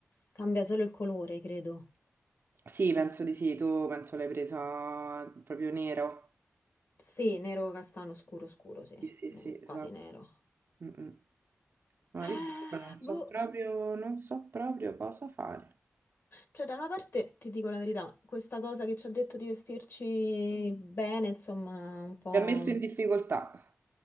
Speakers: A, on the left; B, on the right.
A: Cambia solo il colore, credo.
B: Sì, penso di sì, tu penso l'hai presa proprio nero.
A: Sì, nero castano scuro scuro, sì,
B: Sì, sì,
A: Ne-
B: sì, esatto.
A: quasi nero.
B: Mm, mm. Ma
A: Eh,
B: io non so
A: boh,
B: proprio, non so proprio cosa fare.
A: cioè da una parte ti dico la verità, questa cosa che ci ha detto di vestirci bene, insomma, un po'...
B: Mi
A: No,
B: ha messo in difficoltà.